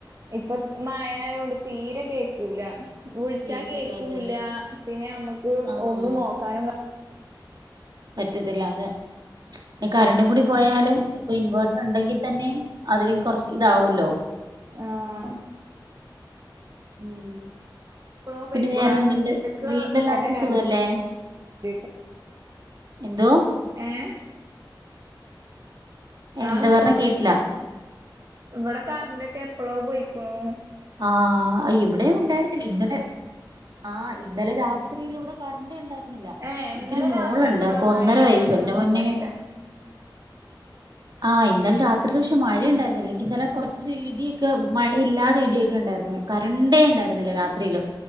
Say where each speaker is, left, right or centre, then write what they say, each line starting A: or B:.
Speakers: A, on the right; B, on the right.
A: ഇപ്പ മഴയൊണ്ട് തീരെ കേക്കൂല വിളിച്ച
B: കേക്കൂല
A: കേക്കൂല്ല
B: അതെ അതെ
A: പിന്നെ അമ്മക്ക്
B: ആഹ്
A: ഒന്നും നോക്കാനും ക
B: പറ്റത്തില്ല അതേ പിന്നെ കറണ്ടും കൂടി പോയാലും ഇപ്പൊ ഇൻവേർട്ടർ ണ്ടെങ്കിതന്നെ അതിലും കൊറച്ച് ഇതാവോല്ലോ
A: ആഹ്
B: ഉം <unintelligible>
A: എപ്പളോ
B: പിന്നെ
A: പൊയ്ക്കുണു
B: വേറെന്ത്ണ്ട്
A: ആഹ് ഉച്ചക്ക്
B: വീട്ടിലെല്ലാർക്കും
A: ക്കന്നെ കറണ്ട്
B: സുഖല്ലേ?
A: പോയിക്കും
B: എന്തോ?
A: ഏഹ്
B: എന്താ
A: ആ ന്ക്ക്ണു
B: പറഞ്ഞെ
A: ഇവടെ
B: കേട്ടില്ല
A: ഇവടെ കറന്റൊക്കെ എപ്പളോ പോയിക്ക്ണു
B: ആഹ് ഇവിടെയും ഉണ്ടായിരുന്നില്ല ഇന്നലെ ആഹ് ഇന്നലെ രാത്രി ഇവിടെ കറണ്ട് ഉണ്ടായിരുന്നില്ല ര്ന്നില്ല
A: ഏഹ്
B: എനിക്കൊരു
A: ഇന്നലെ
B: മോള്ണ്ട്
A: രാത്രിയൊന്നും ഇവിടെ
B: അപ്പൊന്നര
A: മഴേ
B: വയസ്
A: അങ്ങനൊന്നും
B: എന്റെ പൊന്നെ
A: ഉണ്ടായിട്ടില്ല
B: ആഹ് ഇന്നലെ രാത്രില് പക്ഷെ മഴയ്ണ്ടായിരുന്നില്ല എനിക്ക്ന്നലെ കൊറച്ച് ഇടിയൊക്കെ മഴയില്ലാതെ ഇടിയൊക്കെയ്ണ്ടായിരുന്നു കരണ്ടേ ഇണ്ടായിരുന്നില്ല രാത്രിയില്